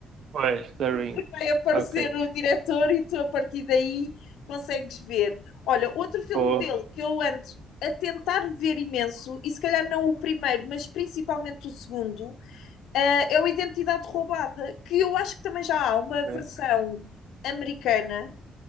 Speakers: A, on the right; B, on the left.
A: Pois, The Ring.
B: vai aparecer
A: Ok.
B: o diretor e tu a partir daí consegues ver. Olha, outro filme
A: Pô,
B: dele que eu ando a tentar ver imenso, e se calhar não o primeiro, mas principalmente o segundo, eh, é o Identidade Roubada, que eu acho que também já há uma versão
A: ok,
B: americana,